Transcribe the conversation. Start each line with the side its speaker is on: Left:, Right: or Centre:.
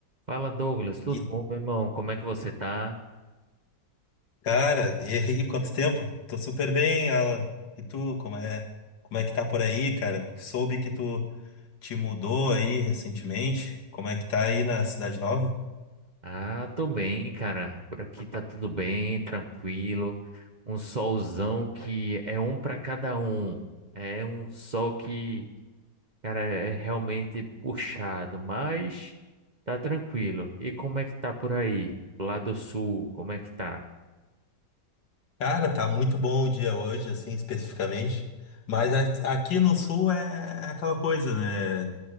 Right: Fala Douglas, tudo
Left: E,
Right: bom, meu irmão? Como é que você tá?
Left: cara, e aí, quanto tempo? Tô super bem, Alan. E tu, como é, como é que tá por aí, cara? Soube que tu te mudou aí recentemente. Como é que tá aí na Cidade Nova?
Right: Ah, tô bem, cara. Por aqui tá tudo bem, tranquilo. Um solzão que é um pra cada um. É um sol que, cara, é realmente puxado, mas tá tranquilo. E como é que tá por aí? Lá do sul, como é que tá?
Left: Cara, tá muito bom o dia hoje, assim, especificamente. Mas a- aqui no Sul é aquela coisa, né?